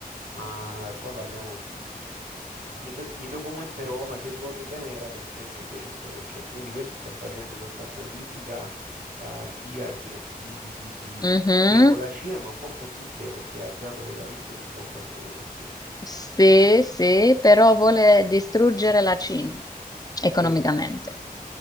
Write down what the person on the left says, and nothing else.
Mhm,
Sì, sì, però vuole distruggere la Cina economicamente.